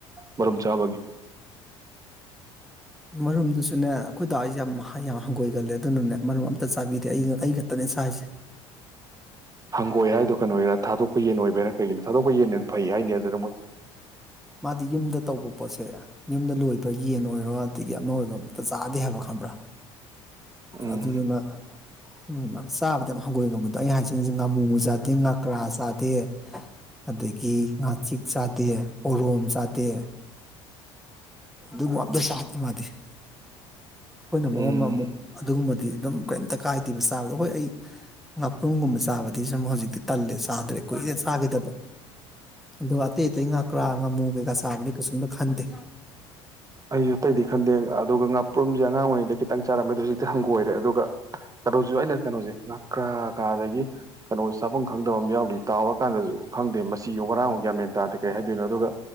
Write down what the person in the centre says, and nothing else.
ꯃꯔꯨꯝꯗꯨꯁꯨꯅꯦ ꯑꯩꯈꯣꯏ ꯗꯥ ꯍꯣꯏꯁꯦ ꯌꯥꯝ ꯌꯥꯝ ꯍꯪꯒꯣꯏꯒꯜꯂꯦ ꯑꯗꯨꯅꯅꯦ ꯃꯔꯨꯝ ꯑꯃꯇ ꯆꯥꯕꯤꯗꯦ ꯑꯩ ꯑꯩ ꯈꯛꯇꯅꯦ ꯆꯥꯁꯦ
ꯑꯗꯩ ꯌꯨꯝꯗ ꯇꯧꯕ ꯄꯣꯠꯁꯦ ꯌꯨꯝꯗ ꯂꯣꯏꯕ ꯌꯦꯟ ꯑꯣꯏꯔꯣ ꯑꯗꯒꯤ ꯑꯃ ꯑꯣꯏꯔꯣ ꯑꯃꯇ ꯆꯥꯗꯦ ꯍꯥꯏꯕ ꯈꯪꯕ꯭ꯔꯥ
ꯑꯗꯨꯗꯨꯅ ꯎꯝ ꯆꯥꯕꯗꯤ ꯌꯥꯝ ꯍꯪꯒꯣꯏꯒꯟꯕꯗꯣ ꯑꯩꯩꯅ ꯍꯥꯏꯁꯤꯁꯦ ꯉꯥꯃꯨ ꯆꯥꯗꯦ ꯉꯀ꯭ꯔꯥ ꯆꯥꯗꯦ ꯑꯗꯒꯤ ꯉꯥꯆꯤꯛ ꯆꯥꯗꯦ ꯄꯣꯔꯣꯝ ꯆꯥꯗꯦ ꯑꯗꯨꯒꯨꯝ ꯑꯃꯇ ꯆꯥꯗꯦ ꯃꯥꯗꯤ ꯑꯩꯈꯣꯏꯅ ꯃꯔꯣꯜ
ꯑꯃ ꯑꯃꯨꯛ ꯑꯗꯨꯒꯨꯝꯕ ꯑꯗꯨꯝ ꯀꯩꯝꯇ ꯀꯥꯏꯗꯦꯕ ꯆꯥꯕꯗ ꯍꯣꯏ ꯑꯩ ꯉꯥꯄ꯭ꯔꯨꯝꯒꯨꯝꯕ ꯆꯥꯕꯗꯤ ꯁꯨꯝ ꯍꯧꯖꯤꯛꯇꯤ ꯇꯜꯂꯦ ꯆꯥꯗ꯭ꯔꯦ ꯀꯨꯏꯔꯦ ꯆꯥꯈꯤꯗꯕ ꯑꯗꯨꯒ ꯑꯇꯩ ꯑꯇꯩ ꯉꯥꯀ꯭ꯔꯥ ꯉꯥꯃꯨ ꯀꯩꯀꯥ ꯆꯥꯕꯗꯤ ꯀꯩꯁꯨꯝꯇ ꯈꯟꯗꯦ